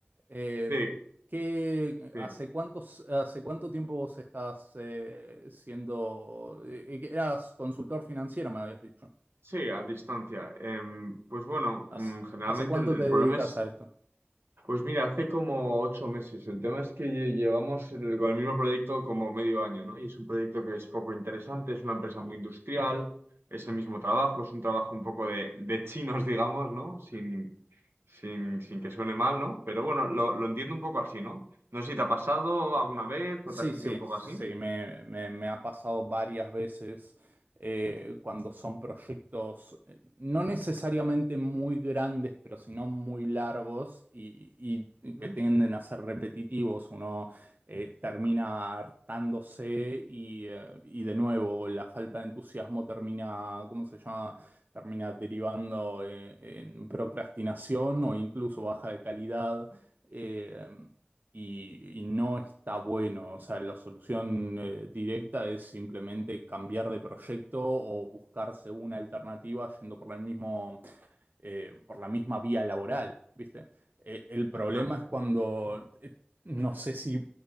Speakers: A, on the right (about 50°); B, on the right (about 80°).
A: Eh,
B: Sí,
A: ¿qué-
B: sí.
A: hace cuántos, hace cuánto tiempo vos estás eh, siendo, eh, eras consultor financiero, me habías dicho?
B: Sí, a distancia. Em, pues bueno,
A: ¿Hace,
B: mm, generalmente
A: hace cuánto
B: el, el
A: te dedicas
B: problema es
A: a esto?
B: Pues mira, hace como ocho meses. El tema es que lle- llevamos el- con el mismo proyecto como medio año, ¿no? Y es un proyecto que es poco interesante, es una empresa muy industrial, es el mismo trabajo, es un trabajo un poco de, de chinos, digamos, ¿no? Sin, sin, sin que suene mal, ¿no? Pero bueno, lo, lo entiendo un poco así, ¿no? No sé si te ha pasado alguna vez
A: Sí,
B: o te has sentido
A: sí,
B: un poco
A: sí,
B: así.
A: me, me- me ha pasado varias veces eh, cuando son proyectos eh, no necesariamente muy grandes, pero sino muy largos y, y
B: ¿Mm?
A: que tienden a ser repetitivos. Uno eh, termina hartándose y, eh, y de nuevo la falta de entusiasmo termina, ¿cómo se llama? Termina derivando en en procrastinación o incluso baja de calidad. Eh, y, y no está bueno. O sea, la solución eh, directa es simplemente cambiar de proyecto o buscarse una alternativa yendo por el mismo, eh, por la misma vía laboral, ¿viste? Eh, el problema
B: No, no.
A: es cuando eh, no sé si,